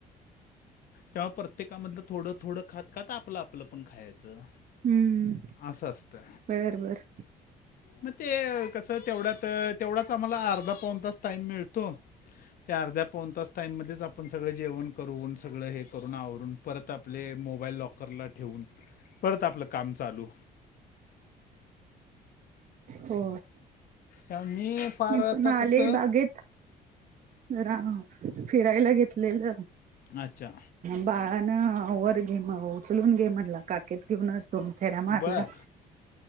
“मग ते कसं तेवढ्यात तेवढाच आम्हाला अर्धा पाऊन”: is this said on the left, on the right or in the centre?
Left